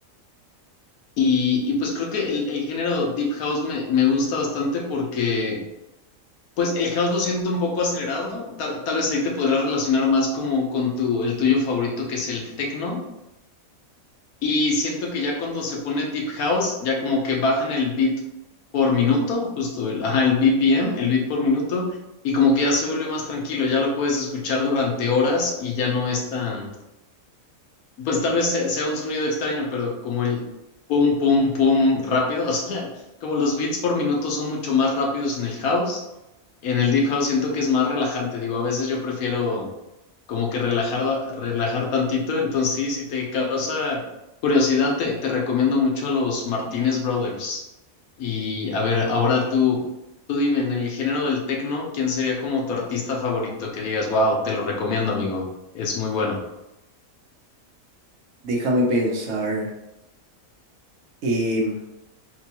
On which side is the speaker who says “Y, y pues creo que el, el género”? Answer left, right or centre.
Left